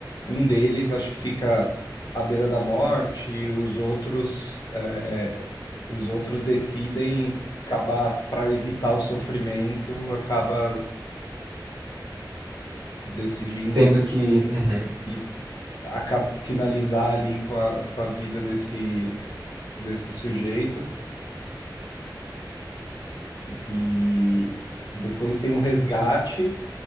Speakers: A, on the left; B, on the right.
A: um deles acho que fica à beira da morte, e os outros, é, os outros decidem acabar para evitar o sofrimento, acaba decidindo
B: Tendo que. Uhum,
A: e acaba finalizar ali com a, com a vida desse, desse sujeito. E depois tem um resgate,